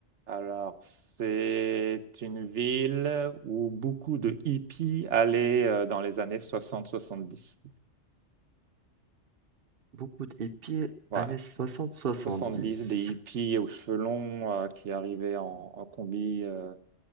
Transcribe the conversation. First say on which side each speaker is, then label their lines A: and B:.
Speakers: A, on the right; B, on the right.
A: Alors, c'est une ville où beaucoup de hippies allaient euh, dans les années soixante soixante-dix.
B: beaucoup de hippies
A: Ouais,
B: années soixante soixante
A: soixante-dix
B: dix
A: des hippies aux cheveux longs euh, qui arrivaient en, en combi euh,